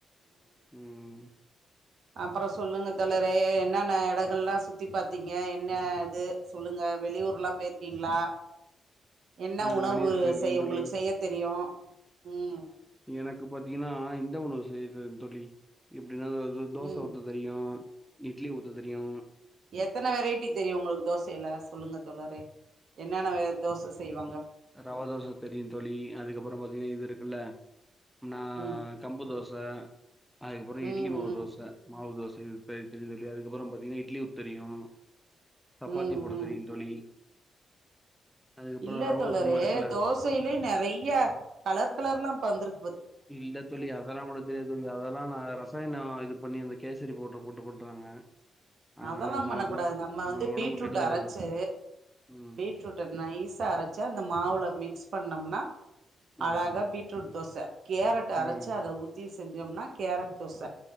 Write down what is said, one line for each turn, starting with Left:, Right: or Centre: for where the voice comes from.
Centre: ம்
Right: அப்றோ சொல்லுங்க தோழரே என்னென்ன எடங்கள்லா சுத்தி பாத்தீங்க என்ன இது சொல்லுங்க வெளியூர்லா போயிர்க்கீங்ளா என்ன
Centre: ஆ
Right: உணவு
Centre: வெளியூர் போயிருக்கே
Right: செய் உங்களுக்கு
Centre: தோழி
Right: செய்ய தெரியு ம்
Centre: எனக்கு பாத்தீங்கன்னா இந்த உணவு செய்தே தோழி எப்டின்னா தோ தோச
Right: ம்
Centre: ஊத்த தெரியு இட்லி ஊத்த தெரியு
Right: எத்தன வெரைட்டி தெரியு உங்களுக்கு தோசையில சொல்லுங்க தோழரே என்னென்ன வே தோச செய்வாங்க
Centre: ரவா தோச தெரியு தோழி அதுக்கப்றோ பாத்தீங்கன்னா இது இருக்குல்ல நா
Right: ம்
Centre: கம்பு தோச அதுக்கப்றோ
Right: ம்
Centre: இட்லி மாவு
Right: ம்
Centre: தோச மாவு தோச இது செய் தெரியுந் தோழி அதுக்கப்புறோ பாத்தீங்கன்னா இட்லி ஊத்த தெரியு சப்பாத்தி
Right: ம்
Centre: போட
Right: ம்
Centre: தெரியுந் தோழி அதுக்கப்புறம்
Right: இல்ல
Centre: ரவா
Right: தோழரே
Centre: உப்புமா இருக்குல்ல
Right: தோசையிலயே நெறையா கலர் கலர்ல்லா இப்ப வந்திருக்
Centre: இல்ல தோழி அதெல்லா போட தெரியாது தோழி அதெல்லா நா ர சாயனோ இது பண்ணி அந்த கேசரி பவுட்ரு போட்டு பண்றாங்க அதனால
Right: அதெல்லா
Centre: அந்த
Right: பண்ண
Centre: மாரிலா
Right: கூடாது நம்ம
Centre: ம்
Right: வந்து பீட்ரூட்
Centre: ஒடம்பு கெடுதல்
Right: அரச்சு
Centre: அது ம்
Right: பீட் ரூட்ட நைஸா அரச்சு அந்த மாவுல மிக்ஸ் பண்ணம்னா
Centre: ம்
Right: அழகா பீட்ரூட் தோச கேரட் அரச்சு
Centre: ம்
Right: அத ஊத்தி செஞ்சம்னா கேரட் தோச